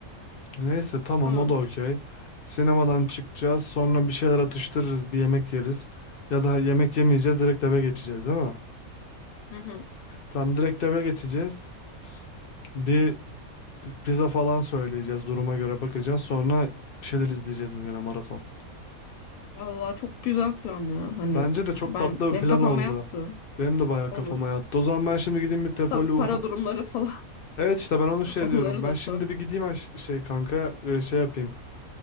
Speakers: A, on the left; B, on the left.
A: Neyse tamam
B: Tamam.
A: o da okey. Sinemadan çıkacağız. Sonra bir şeyler atıştırırız. Bir yemek yeriz. Ya da yemek yemeyeceğiz. Direkt eve geçeceğiz değil mi?
B: Hı hı.
A: Tamam direkt eve geçeceğiz. Bir pizza falan söyleyeceğiz. Duruma göre bakacağız. Sonra bir şeyler izleyeceğiz mi gene maraton.
B: Vallahi çok güzel plan ya. Hani
A: Bence de çok
B: ben
A: tatlı
B: benim
A: bir plan
B: kafama
A: oldu.
B: yattı.
A: Benim de bayağı
B: Olur.
A: kafama yattı. O zaman ben şimdi gideyim bir Tefoli
B: Tabii
A: Ufuk.
B: para durumları falan
A: Evet işte ben onu
B: <laughs>
A: şey
B: onları
A: diyorum. Ben
B: da
A: şimdi
B: sor.
A: bir gideyim aş- şey kanka e, şey yapayım.